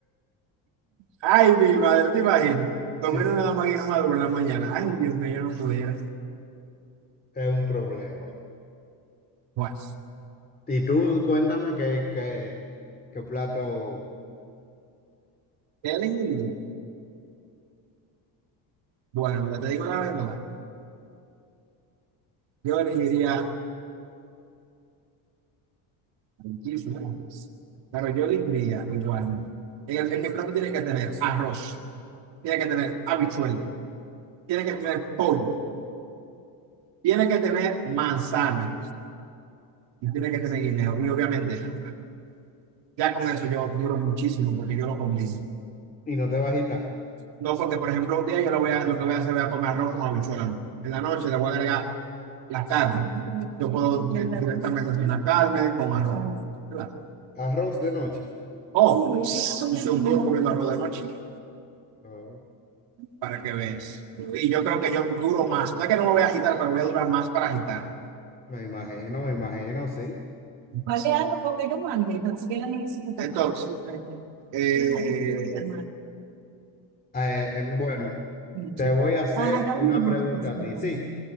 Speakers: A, on the right; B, on the left.
A: Ay, mi madre, ¿te imaginas? Comer
B: Sí, sí,
A: una máquina madura en la mañana. Ay, Dios mío, yo no pudiera.
B: es un problema.
A: Bueno,
B: Y tú, cuéntame qué, qué, qué plato.
A: ¿qué elegiría? Bueno, mira, te digo la verdad. Yo elegiría muchísimos. Pero yo elegiría igual. En, el- en mi plato tiene que tener arroz, tiene que tener habichuela, tiene que tener pollo, tiene que tener manzana, tiene que tener guineo y obviamente agua. Ya con eso yo duro muchísimo porque yo lo combino.
B: Y no te bajita.
A: No porque, por ejemplo, un día yo lo, voy a, lo que voy a hacer voy a comer arroz con habichuela, no. En la noche le voy a agregar la carne. Yo puedo eh, directamente hacer una carne con arroz. ¿verdad?
B: Arroz de noche.
A: O oh, hice un duro comiendo arroz de noche
B: Oh,
A: para que veas. Y yo creo que yo duro más. No es que no me voy a agitar, pero voy a durar más para agitar.
B: me imagino, me imagino, sí.
A: Vale algo porque yo mandé, tan siquiera ni eso. Entonces, Eh,
B: Eh, em, bueno,
A: Sí,
B: te voy a hacer
A: ah ya
B: una
A: un minuto,
B: pregunta
A: pensé
B: a
A: que
B: ti,
A: estaba
B: sí.
A: bien.